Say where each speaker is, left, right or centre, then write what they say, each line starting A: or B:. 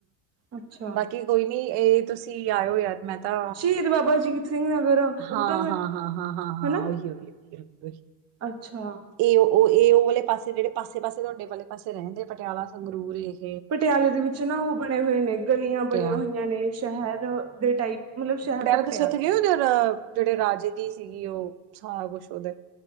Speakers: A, on the right; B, on the right.
A: ਅੱਛਾ
B: ਬਾਕੀ ਕੋਈ ਨੀ ਇਹ ਤੁਸੀਂ ਆਇਓ ਯਾਰ। ਮੈਂ ਤਾਂ,
A: ਸ਼ਹੀਦ ਬਾਬਾ ਅਜੀਤ ਸਿੰਘ ਨਗਰ ਉਹ
B: ਹਾਂ
A: ਤਾਂ ਮੈਂ
B: ਹਾਂ ਹਾਂ ਹਾਂ ਹਾਂ ਹਾਂ
A: ਹਨਾ
B: ਉਹੀ ਉਹੀ। ਉਹੀ।
A: ਅੱਛਾ
B: ਇਹ ਉਹ ਉਹ ਇਹ ਉਹ ਵਾਲੇ ਪਾਸੇ ਜਿਹੜੇ ਪਾਸੇ- ਪਾਸੇ ਤੁਹਾਡੇ ਵਾਲੇ ਪਾਸੇ ਰਹਿੰਦੇ ਪਟਿਆਲਾ ਸੰਗਰੂਰ ਏ
A: ਪਟਿਆਲੇ ਦੇ ਵਿੱਚ ਨਾ ਉਹ ਬਨੇ ਹੋਏ ਨੇ ਗਲੀਆਂ ਬਣੀਆਂ
B: ਪਿਆ
A: ਹੋਈਆਂ ਨੇ ਸ਼ਹਿਰ ਦੇ ਟਾਈਪ ਮਤਲਬ ਸ਼ਹਿਰ
B: ਪੈਲਾਂ
A: ਤਾਂ ਪਟਿਆਲਾ
B: ਤੁਸੀਂ ਉਥੇ ਗਏ ੳ ਜਰਾਂ, ਜੇੜੇ ਰਾਜੇ ਕੀ ਸੀਗੀ ਉਹ, ਸਾਲ ਕੁਛ ਉਹਦੇ,